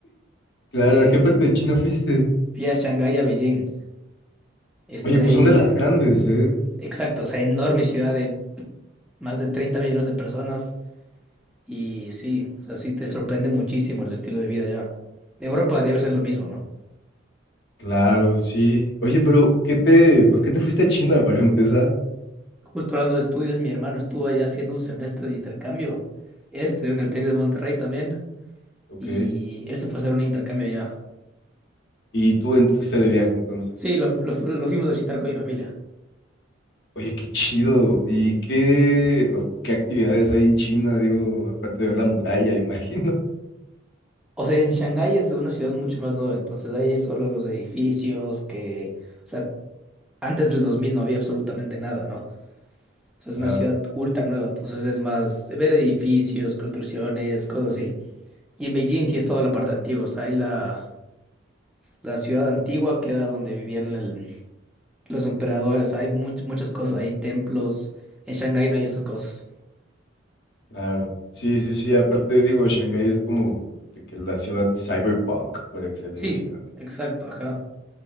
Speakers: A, on the left; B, in the centre.
A: Claro,
B: Sí,
A: ¿a qué parte de China fuiste?
B: fui a Shanghái, a Beijing. Estuve
A: Oye, pues
B: ahí,
A: son de las grandes, ¿eh?
B: exacto, o sea, enorme ciudad de más de 30 millones de personas. Y sí, o sea, sí te sorprende muchísimo el estilo de vida allá. En Europa debe ser lo mismo, ¿no?
A: Claro, sí. Oye, pero ¿qué te, por qué te fuiste a China para empezar?
B: Justo hablando de estudios, mi hermano estuvo allá haciendo un semestre de intercambio. Él estudió en el Tec de Monterrey también
A: Ok.
B: y él se fue a hacer un intercambio allá.
A: Y tú en- fuiste de viaje entonces.
B: Sí, lo, lo, fu- lo fuimos a visitar con mi familia.
A: Oye, qué chido. ¿Y qué, o qué actividades hay en China? Digo, aparte de ver la muralla, <laughs> imagino.
B: O sea, en Shanghái es una ciudad mucho más nueva, entonces ahí hay solo los edificios que, o sea, antes del 2000 no había absolutamente nada, ¿no? O sea, es
A: Claro,
B: una ciudad ultra nueva, entonces es más ver edificios, construcciones, cosas así. Y en Beijing sí es toda la parte antigua, o sea, hay la, la ciudad antigua que era donde vivían el- los emperadores, hay much- muchas cosas, hay templos, en Shanghái no hay esas cosas.
A: claro. Sí, sí, sí. Aparte, digo, Shanghái es como de que la ciudad cyberpunk por excelencia,
B: Sí,
A: ¿no?
B: exacto, ajá.